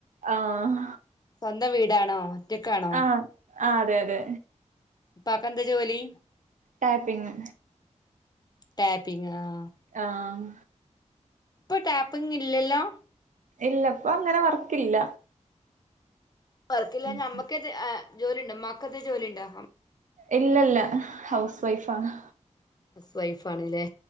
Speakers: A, on the right (about 85°); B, on the left (about 30°).
A: ആഹ്
B: സ്വന്തം വീടാണോ? ഒറ്റക്കാണോ
A: ആഹ്, ആഹ്. അതെ, അതെ.
B: ഇപ്പാക്കെന്താ ജോലി?
A: ടാപ്പിങ്.
B: ടാപ്പിങ്, ആഹ്.
A: ആഹ്
B: ഇപ്പൊ ടാപ്പിങ് ഇല്ലല്ലോ?
A: ഇല്ല. പ്പൊ അങ്ങനെ വർക്കില്ല.
B: വർക്കില്ലാ?
A: ഉം.
B: ഇഞമ്മക്കെറ്റെ ആ, ജോലി ണ്ടോ? ഇമ്മാക്കെത്തെ ജോലിണ്ടോ?
A: ഇല്ലല്ല, ഹൗസ് വൈഫാണ്.
B: ഹൗസ് വൈഫ് ആണ്ല്ലേ?